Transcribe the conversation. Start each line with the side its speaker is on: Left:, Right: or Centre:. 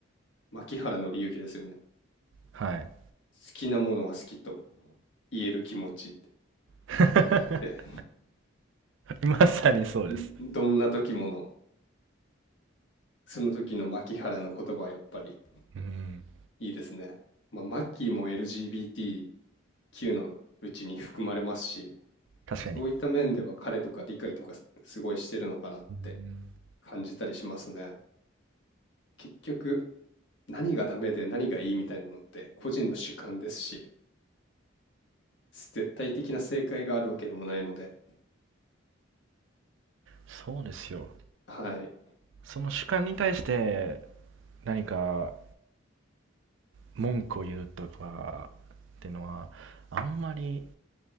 Left: 牧原敬之ですよね。
Right: はい。
Left: 好きなものは好きと言える気持ちって。
Right: <laughs>
Left: で、
Right: まさにそうです。
Left: んどんな時もの、その時の牧原の言葉はやっぱり
Right: うん。
Left: いいですね。まあ、マッキーも LGBTQ のうちに含まれますし、
Right: 確かに。
Left: そういった面では彼とか理解とかすすごいしてるのかなって
Right: うん。
Left: 感じたりしますね。結局、何がダメで何がいいみたいなのって個人の主観ですし、絶対的な正解があるわけでもないので、
Right: そうですよ。
Left: はい。
Right: その主観に対して何か文句を言うとかっていうのは、あんまり、